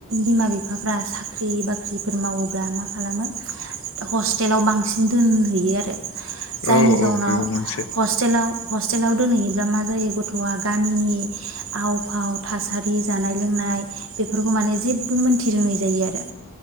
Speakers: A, on the right; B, on the left.
A: बिमा बिफाफ्रा साख्रि बाख्रिफोर मावोब्ला मा खालामो हस्टेलाव बांसिन दोनहैयो आरो जायनि
B: औ
A: जाउनाव
B: औ बेबो
A: हस्टेलाव
B: मोनसे
A: हस्टेलाव दोनहैयोब्ला मा जायो गथ'आ गामिनि आव फाव थासारि जानाय लोंनाय बेफोरखौ माने जेबो मोनथि रोङै जायो आरो।